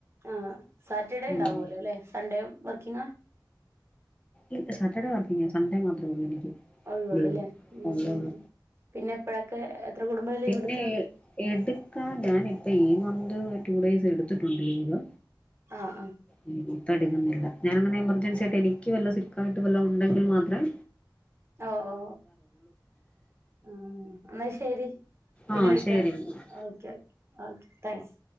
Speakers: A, on the right; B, on the left.
A: ആ സാറ്റർഡേ ഉണ്ടാവുമല്ലോ
B: ഉം
A: അല്ലെ സൺഡേ വർക്കിംഗാ
B: ഇല്ല സാറ്റർഡേ വർക്കിങ്ങ സൺഡേ മാത്രേള്ളൂ നിക്ക്
A: ഒഴിവുള്ളൂ
B: ലീവ്
A: അല്ലേ ഉം
B: ഉള്ളള്ള
A: ഉം ഉം പിന്നെ എപ്പോഴൊക്കെ എത്ര കുടുംബം ലീവ്
B: പിന്നെ
A: എടുക്കുക
B: എടുക്കാ ഞാൻ ഇപ്പൊ ഈ മന്ത് ടു ഡേയ്സ് എടുത്തിട്ടുണ്ട് ലീവ്
A: ആഹ് ആഹ്
B: ഉം തടുകുന്നില്ല ഞാന അങ്ങനെ എമർജൻസി ആയിട്ട് എനിക്ക് വല്ല സിക്കായിട്ട് വല്ല ഉണ്ടെങ്കിൽ മാത്രം
A: ഓ ഓ ഉം എന്നാ ശരി പിന്നെ
B: ആഹ്
A: വിളിക്ക
B: ശരി എന്നാ.
A: Okay thanks